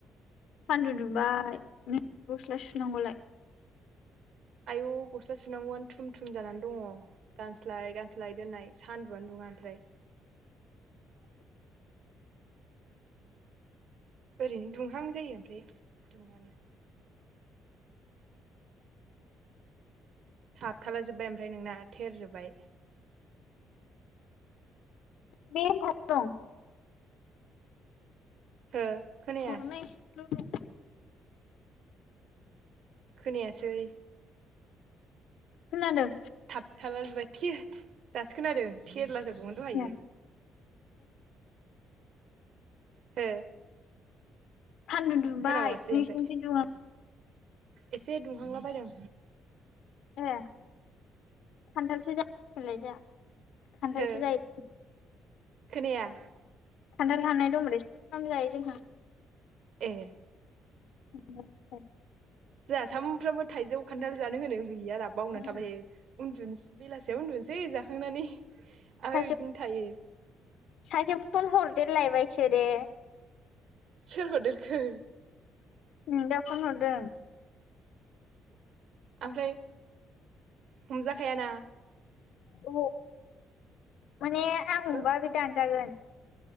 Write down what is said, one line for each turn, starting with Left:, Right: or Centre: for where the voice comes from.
Left: सानदु दुंबाय नै गस्ला सुनांगौलाय।
Right: आयौ गस्ला सुनांगौआनो थुम थुम जानानै दङ गानस्लाय गानस्लाय दोननाय सान्दुआनो दुङा ओमफ्राय। ओरैनो दुंहां जायो ओमफ्राय दुङानो। थाबथाला जोबबाय ओमफ्राय नोंना, थेर जोब्बाय।
Left: <unintelligible>
Right: हो खोनाया
Left: थरनै लोगो
Right: खोनायासै।
Left: खोनादों?
Right: थाब थाला जोबबाय थेरला जोबबाय दासो खोनादों। दहायो
Left: ए
Right: हो
Left: सान्दुं दुंबाय
Right: खोनाबावासै
Left: नोंसिनिथिं
Right: ओमफ्राय
Left: दुंङाखै?
Right: एसे दुंहांला बायदों।
Left: ए खान्थालसो जामबिलाय जोंहा। खान्थालसो
Right: हो
Left: जायो।
Right: खोनाया।
Left: खान्थाल हाननाय दंमोन। सामफ्रामबो जायो जोंहा।
Right: ए
Left: <inaudible>
Right: जोंहा सानफ्रामबो थाइजौ खान्थाल जानो होनो गैया जोंहि बावना
Left: उम
Right: थाबाय‌ थायो। उन्दुनोसै बेलासियाव उन्दुनोसै जाखां जाखांनानै आरो
Left: सासे
Right: बिदिनो थायो।
Left: सासे फन हरदेरलायबायसो दे।
Right: सोर हरदेरखो?
Left: नोंदा फन हरदों।
Right: ओमफ्राय हमजाखायाना।
Left: अ माने आं हमबा
Right: हो
Left: बे दानजागोन।